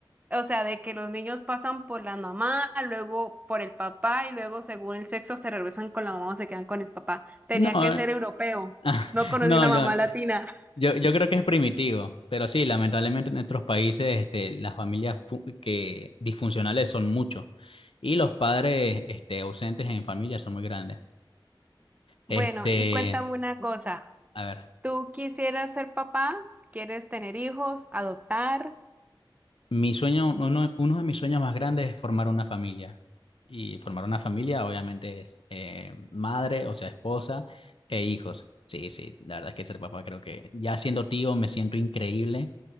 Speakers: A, on the right; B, on the left.
A: O sea, de que los niños pasan por la mamá, luego por el papá y luego según el sexo se regresan con la mamá o se quedan con el papá. Tenía
B: No,
A: que ser europeo.
B: <laughs>
A: No conocí
B: no,
A: una
B: yo,
A: mamá latina.
B: yo, yo creo que es primitivo, pero sí, lamentablemente en nuestros países este, las familias fu- que disfuncionales son muchos y los padres este, ausentes en familia son muy grandes.
A: Bueno,
B: Este,
A: y cuéntame una cosa.
B: a ver.
A: ¿Tú quisieras ser papá? ¿Quieres tener hijos? ¿Adoptar?
B: Mi sueño, uno, uno de mis sueños más grandes es formar una familia. Y formar una familia obviamente es eh, madre, o sea, esposa e hijos. Sí, sí, la verdad es que ser papá creo que ya siendo tío me siento increíble.